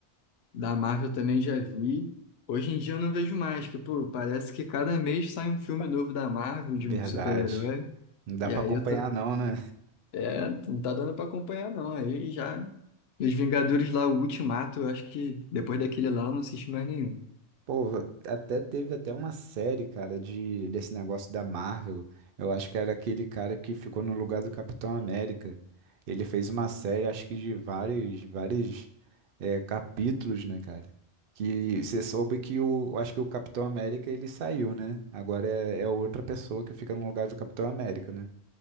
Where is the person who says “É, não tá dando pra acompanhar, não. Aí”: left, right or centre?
Left